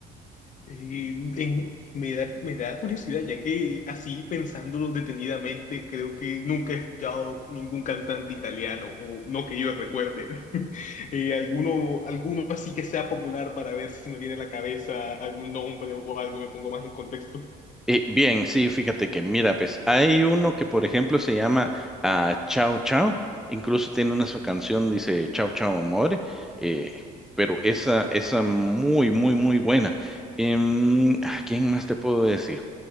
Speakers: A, on the left; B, in the centre.
A: Y en- me da, me da curiosidad, ya que así pensándolo detenidamente, creo que nunca he escuchado ningún cantante italiano, o no que yo recuerde. <laughs> Eh, alguno, alguno así que sea popular para ver si me viene a la cabeza algún nombre o algo y me pongo más en contexto.
B: Eh, bien, sí, fíjate que, mira, pues hay uno que, por ejemplo, se llama ah, Ciao Ciao, incluso tiene una su canción, dice Ciao Ciao Amore, eh, pero esa, esa muy, muy, muy buena. Em, ah, ¿quién más te puedo decir?